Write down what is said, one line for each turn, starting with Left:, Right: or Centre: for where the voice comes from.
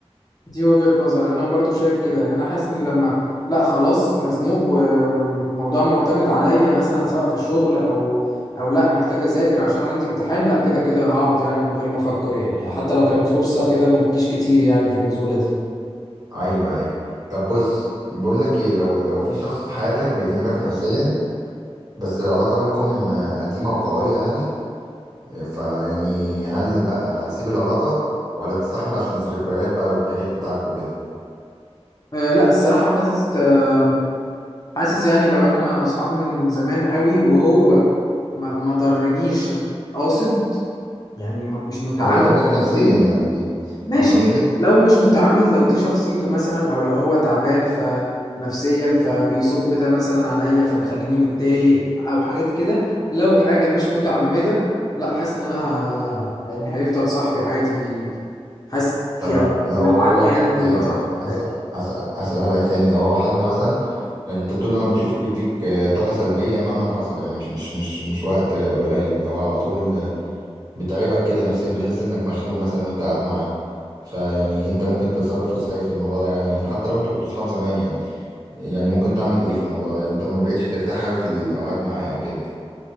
Left: دي وجهة نظر انا برضو شايف كده يعني انا حاسس ان لما لا خلاص مزنوق و... والموضوع معتمد عليا مثلا سواء في الشغل او او لا محتاج اذاكر عشان عندي امتحان لا كده كده هقعد يعني من غير ما افكر يعني حتى لو كانت فرصة كده ما بتجيش كتير يعني في النزولة دي
Right: ايوه ايوه طب بص بقول لك ايه لو لو في شخص في حياتك بيتعبك نفسيا بس العلاقه بينكم آه، قديمه وقويه يعني فيعني هل بقى هتسيب العلاقه ولا تستحمل عشان الذكريات بقى والتاريخ بتاعك وكده
Left: أه لا الصراحة حاسس أه حاسس يعني لو احنا اصحاب من زمان قوي وهو ما ما ضرنيش قاصد يعني ما- مش متعمد
Right: هو بيتعبك نفسيا
Left: يضرني،
Right: يعني بي-
Left: ماشي
Right: فاهم قصدي
Left: ل- لو مش متعمد لو دي شخصيته مثلا او لو هو تعبان ف نفسيا فبيصب ده مثلا عليا فمخليني متضايق او حاجات كده لو حاجة مش متعمدة لا حاسس ان انا ه... يعني هيفضل صاحبي عادي حاسس
Right: طب
Left: يعني
Right: لا لو
Left: من
Right: هو
Left: العدل
Right: حد
Left: يعني انه يبقى صاحبي
Right: أس-
Left: عادي
Right: أس- أسألها لك تاني لو هو حد مثلا يعني انت طول ما بتشوفه بيديك آه، طاقة سلبية مهما حصل يعني مش مش مش مش وقت آه، قليل لو على طول آه، بتعبك كده نفسيا بتحس انك مخنوق مثلا وانت قاعد معاه فيعني انت ممكن تتصرف ازاي في الموضوع ده يعني حتى لو انتوا كنتوا صحاب زمان يعني يعني ممكن تعمل ايه في الموضوع ده يعني انت ما بقتش ترتاح قوي في القعد معاه او كده